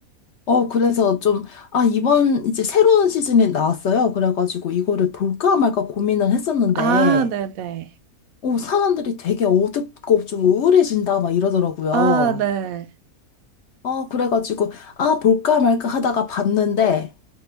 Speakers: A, on the left; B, on the right.
A: 어, 그래서 좀, 아, 이번 이제 새로운 시즌이 나왔어요. 그래가지고 이거를 볼까 말까 고민을 했었는데,
B: 아, 네네.
A: 어, 사람들이 되게 어둡고 좀 우울해진다, 막 이러더라고요.
B: 아, 네.
A: 어, 그래가지고, 아, 볼까 말까 하다가 봤는데,